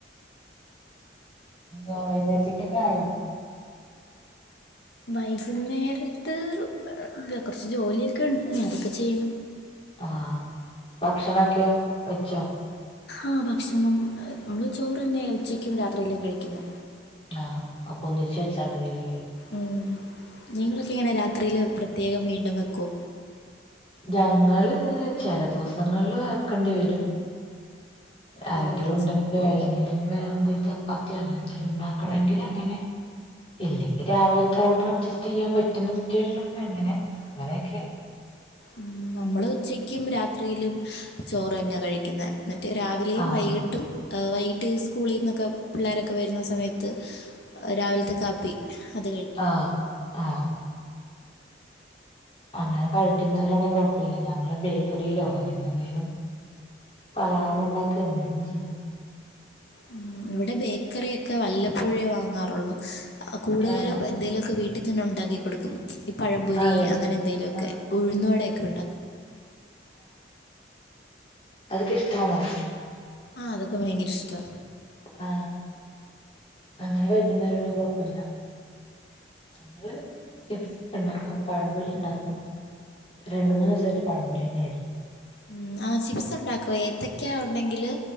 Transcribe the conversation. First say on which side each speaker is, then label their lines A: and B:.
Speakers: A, on the left; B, on the left.
A: വൈകുന്നേരത്തേക്കൊക്കെ ആയോ
B: വൈകുന്നേരത്ത് കുറച്ച് ജോലിയൊക്കെ ഉണ്ട് ഇനി അതൊക്കെ ചെയ്യണം
A: ആഹ ഭക്ഷണൊക്കെയോ വെച്ചോ
B: ആഹ് ഭക്ഷണം നമ്മള് ചോറ് തന്നെ ഉച്ചക്കും രാത്രിയെല്ലാം കഴിക്കുന്നെ
A: ആഹ് അപ്പൊ ഒന്നിച്ചച്ച് വെച്ചാൽ മതില്ല
B: ഉം നിങ്ങളൊക്കെ എങ്ങനെ രാത്രിയില് പ്രത്യേകം വീണ്ടും വെക്കോ
A: ഞങ്ങള്ങ്ങൾ ചില ദിവസങ്ങളിൽ വക്കേണ്ടി വരും ആരെങ്കിലും
B: ഓ
A: ഉണ്ടെങ്കിലോ അല്ലെങ്കി വേറെ എന്തെേിലും ചപ്പാത്തി എന്തെിലും ഉണ്ടാക്കണമെങ്കിൽ അങ്ങനെ ഇല്ലെങ്കിൽ രാവിലത്തെ കൊണ്ട് അഡ്ജസ്റ്റ് ചെയ്യാൻ പറ്റുന്ന സിറ്റുവേഷൻ ഉണ്ടങ്കിൽഅങ്ങനെ. അങ്ങനെയൊക്കെ
B: ഉംനമ്മള് ഉച്ചക്കും രാത്രിയിലും ചോറ് തന്നെയാ കഴിക്കുന്നത്. എന്നിട്ട് രാവിലെയും
A: ആഹ്
B: വൈകിട്ടും വൈകിട്ട് സ്കൂളിൽ നിന്നൊക്കെ പിള്ളേരൊക്കെ വരുന്ന സമയത്ത് രാവിലത്തെ കാപ്പി അത് കഴിക്കും
A: ആ ആ അങ്ങനെ കഴിക്കുന്നവരാണെ കുഴപ്പില്ല. ഞങ്ങള് ബേക്കറിയിലോ അല്ലെങ്കിൽ എന്തെങ്കിലും പലഹാരം ഉണ്ടാക്കോ എന്തേലും ചെയ്യും.
B: ഉം ഇവിടെ ബേക്കറി ഒക്കെ വല്ലപ്പോഴുവേ വാങ്ങാറുള്ളു. കൂടുതലോ
A: ആണോ
B: എന്തേങ്കലു ഒക്കെ വീട്ടിൽ തന്നെ ഉണ്ടാക്കി കൊടുക്കും. പഴംപൊരി
A: അതെ
B: അങ്ങനെ എന്തേലുമൊക്കെ.
A: ആഹ്
B: ഉഴുന്നുവടയൊക്കെ ഉണ്ടാക്കും.
A: അത് ഒക്കെ ഇഷ്ടമാണോ?
B: ആ അതൊക്കെ ഭയങ്കര ഇഷ്ടാ.
A: ആ അങ്ങനെ കഴിക്കുന്നവരൊന്നും കുഴപ്പില്ല. ഞങ്ങള് ചിപ്സ് ഒക്കെ ഉണ്ടാക്കും. പഴംപൊരി ഉണ്ടാക്കും. രണ്ടു മൂന്ന് ദിവസായിട്ട് പഴംപൊരി തന്നെ ആയിരുന്നു.
B: ഉം. ആ ചിപ്സ് ഉണ്ടാക്കും. ഏത്തക്ക ഉണ്ടെങ്കില്